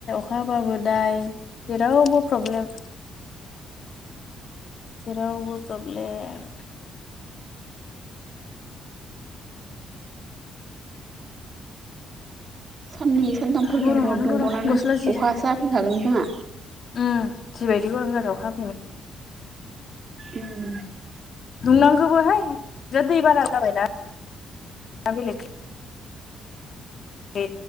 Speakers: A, on the left; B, on the right.
A: अखाबाबो दाय जेरावबो प्रब्लेम जेरावबो प्रब्लेम
B: साननै सानथामफोर
A: गरमानो
B: दुंबाव दुंबावनानै
A: गरम गस्ला जि
B: अखासो हाफिनखागोन खोमा।
A: उम जिबायदि गरम जादों हा
B: उम
A: दुंनांगौबोहाय जा दै बाना जाबायना दा बेलेग ए